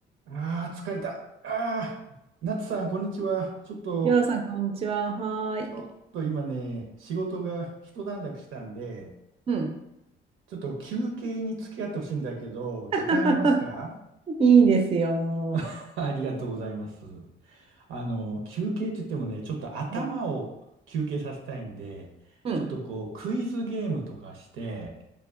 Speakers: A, on the right (about 85°); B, on the right (about 30°).
A: ああ、疲れた。ああ、ナツさん、こんにちは。ちょっと、
B: りょうさん、こんにちは。はーい。
A: ちょっと今ね、仕事が一段落したんで、
B: うん、
A: ちょっと休憩に付き合ってほしいんだけど、時間ありますか
B: <laughs> いいですよ。
A: <laughs> ありがとうございます。あの、休憩って言ってもね、ちょっと頭を休憩させたいんで、
B: うん、うん、
A: ちょっとこう、クイズゲームとかして、